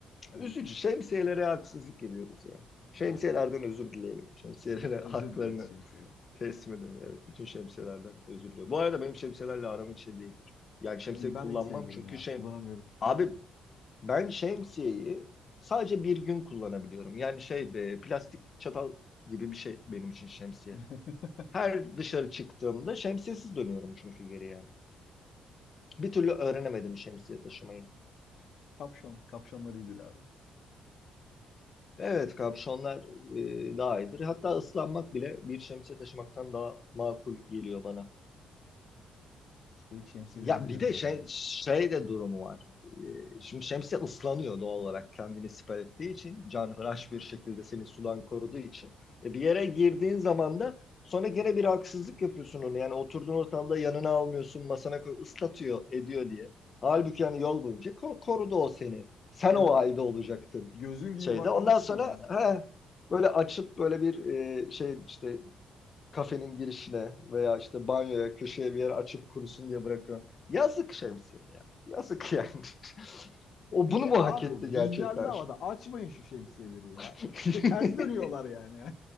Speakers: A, on the left; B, on the left.
A: Evet
B: Üzücü. Şemsiyelere haksızlık ediyoruz ya. Şemsiyelerden
A: aynen.
B: özür dileyelim. Şemsiyelere
A: Özür
B: <laughs> haklarını
A: dileriz şemsiye.
B: teslim edelim. Evet, bütün şemsiyelerden özür diliyorum. Bu arada benim şemsiyelerle aram hiç şey değildir. Yani şemsiye
A: E, ben
B: kullanmam
A: de hiç sevmiyorum
B: çünkü
A: ya.
B: şey...
A: Kullanamıyorum.
B: Abi ben şemsiyeyi sadece bir gün kullanabiliyorum. Yani şey e, plastik çatal gibi bir şey benim için şemsiye.
A: <laughs>
B: Her dışarı çıktığımda şemsiyesiz dönüyorum çünkü geri yani. Bir türlü öğrenemedim şemsiye taşımayı.
A: Kapşon. Kapşonlar iyidir abi.
B: Evet kapşonlar e, daha iyidir. Hatta ıslanmak bile bir şemsiye taşımaktan daha makul geliyor bana.
A: Üstelik şemsiyelerin
B: Ya
A: de canı
B: bir de
A: var
B: şey,
A: yani.
B: şey de durumu var. Ee, Şimdi şemsiye ıslanıyor doğal olarak kendini siper ettiği için. Canhıraş bir şekilde seni sudan koruduğu için. E bir yere girdiğin zaman da sonra gene bir haksızlık yapıyorsun onu. Yani oturduğun ortamda yanına almıyorsun, masana koy, ıslatıyor, ediyor diye. Halbuki yani yol boyunca ko- korudu o seni. Sen
A: Evet.
B: o halde olacaktın
A: Gözün gibi
B: şeyde.
A: bakmalısın
B: Ondan sonra
A: ona ya.
B: he, böyle açıp böyle bir e, şey işte kafenin girişine veya işte banyoya köşeye bir yere açıp kurusun diye bırakıyorum. Yazık şemsiye ya. Yazık
A: Ya.
B: yani. <laughs> o
A: Bir
B: bunu
A: de
B: mu
A: abi
B: hak etti gerçekten?
A: rüzgarlı havada açmayın şu şemsiyeleri ya.
B: <laughs>
A: İşte ters dönüyorlar yani.